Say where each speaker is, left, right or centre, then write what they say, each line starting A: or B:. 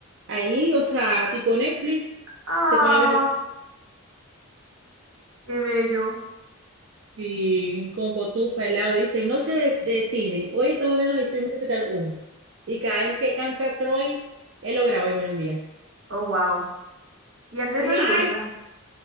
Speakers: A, on the right; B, on the right.
A: ahí, o sea, tipo Netflix,
B: Ah,
A: se pone a ver High- School-
B: qué bello.
A: y con cotufa al lado, dice, noche de, de cine, hoy estamos viendo High School Musical uno Y cada vez que canta Troy, él lo graba y me lo envía.
B: Oh, wow. ¿Y a Andrés
A: Y
B: no
A: yo,
B: le
A: ay,
B: gusta?